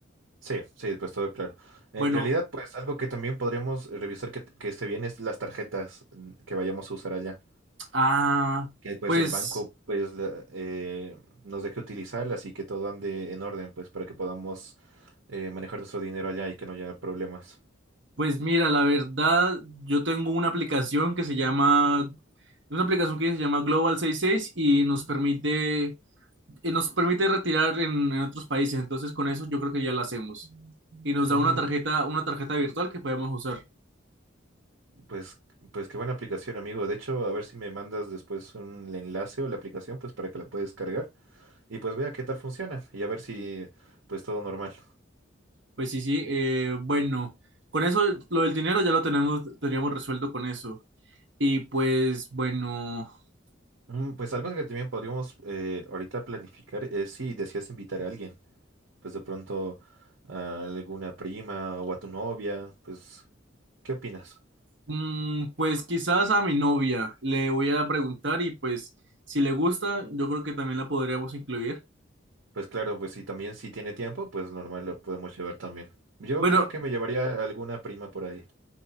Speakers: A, on the right; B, on the right.
A: Sí, sí, pues todo claro. En
B: Bueno,
A: realidad, pues algo que también podremos revisar que, que esté bien es las tarjetas mm, que vayamos a usar allá.
B: ah,
A: Que pues
B: pues.
A: el banco pues la- eh, nos deje utilizarlas y que todo ande en orden, pues para que podamos eh, manejar nuestro dinero allá y que no haya problemas.
B: Pues mira, la verdad, yo tengo una aplicación que se llama, una aplicación que se llama Global sesenta y seis y nos permite, eh, nos permite retirar en, en otros países. Entonces, con eso yo creo que ya la hacemos. Y nos
A: Mm,
B: da una tarjeta, una tarjeta virtual que podemos usar.
A: pues, pues qué buena aplicación, amigo. De hecho, a ver si me mandas después un enlace o la aplicación, pues para que la puedas cargar y pues vea qué tal funciona y a ver si pues todo normal.
B: Pues sí, sí. eh, bueno, con eso, lo del dinero ya lo tenemos, teníamos resuelto con eso. Y pues, bueno,
A: Mm, Pues algo que también podríamos eh, ahorita planificar es si deseas invitar a alguien, pues de pronto a alguna prima o a tu novia, pues ¿qué opinas?
B: mm, pues quizás a mi novia le voy a preguntar y pues, si le gusta, yo creo que también la podríamos incluir.
A: Pues claro, pues si también si tiene tiempo, pues normal lo podemos llevar también. Yo
B: Bueno,
A: creo que me llevaría a alguna prima por ahí.